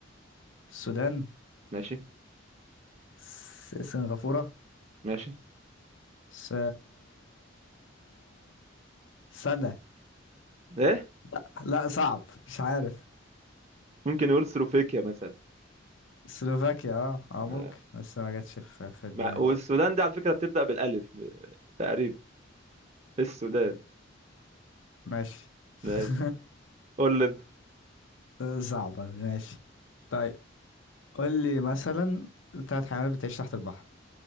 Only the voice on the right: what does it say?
ماشي
ماشي
ايه
ممكن نقول سلوفاكيا مثلا
آه،
ما والسودان دي على فكرة بتبدأ بالألف ب- تقريبا السودان
ماشي قول لي انت.